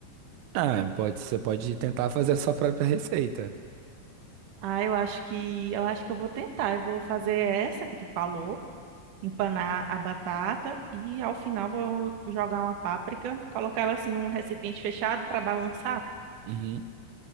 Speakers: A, on the right (about 85°); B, on the right (about 55°).
A: Ah, pode, você pode tentar fazer a sua própria receita.
B: Ah, eu acho que eu acho que eu vou tentar. Eu vou fazer essa que tu falou. empanar a batata e ao final vou jogar uma páprica, colocar ela assim num recipiente fechado para balançar,
A: Uhum.